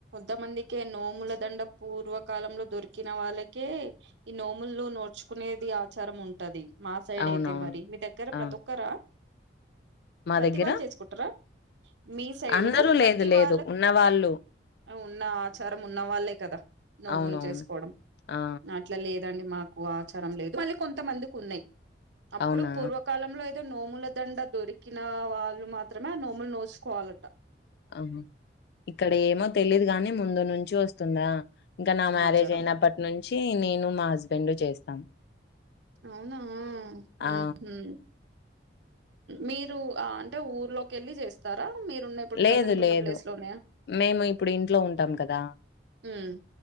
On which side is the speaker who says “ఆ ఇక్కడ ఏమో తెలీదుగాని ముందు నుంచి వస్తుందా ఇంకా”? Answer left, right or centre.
Left